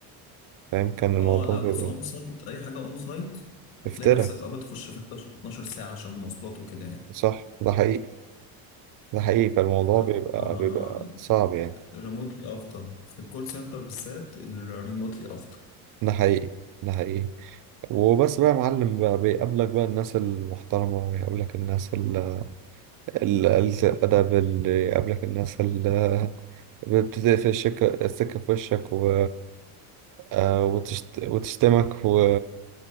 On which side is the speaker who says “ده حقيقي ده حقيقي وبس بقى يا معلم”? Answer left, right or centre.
Right